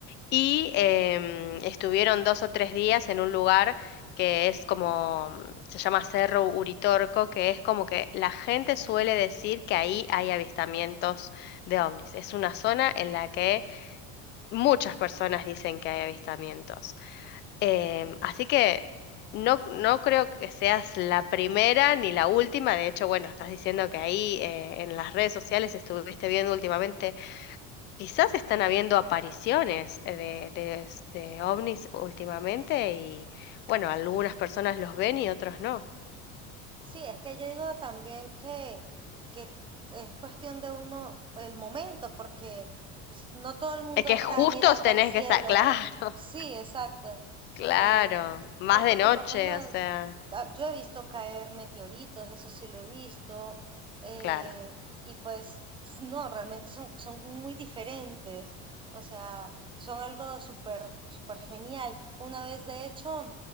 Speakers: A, on the left (about 35°); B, on the right (about 15°).
A: y em, estuvieron dos o tres días en un lugar que es como, mm, se llama Cerro Uritorco, que es como que la gente suele decir que ahí hay avistamientos de ovnis. Es una zona en la que muchas personas dicen que hay avistamientos. Em, así que no, no creo que seas la primera ni la última. De hecho, bueno, estás diciendo que ahí eh, en las redes sociales estuviste viendo últimamente, quizás están habiendo apariciones eh, de, de, s- de ovnis últimamente y bueno, algunas personas los ven y otros no.
B: sí, es que yo digo también que, que es cuestión de uno, el momento, porque pues, no todo el mundo
A: Es que
B: está
A: justos
B: mirando
A: tenés
B: al cielo.
A: que estar, <laughs> claro,
B: Sí, exacto.
A: claro,
B: Eh,
A: más
B: porque
A: de noche,
B: por lo menos
A: o sea,
B: ah, yo he visto caer meteoritos, eso sí lo he visto, eh,
A: claro.
B: y pues s- no, realmente son, son muy diferentes, o sea, son algo súper, súper genial. Una vez, de hecho,